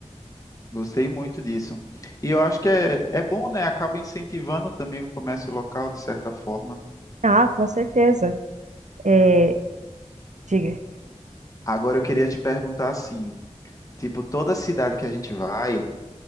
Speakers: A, on the left (about 30°); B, on the right (about 75°).
A: Gostei muito disso. E eu acho que é, é bom, né? Acaba incentivando também o comércio local, de certa forma.
B: Ah, com certeza. É, diga.
A: Agora eu queria te perguntar assim, tipo, toda cidade que a gente vai.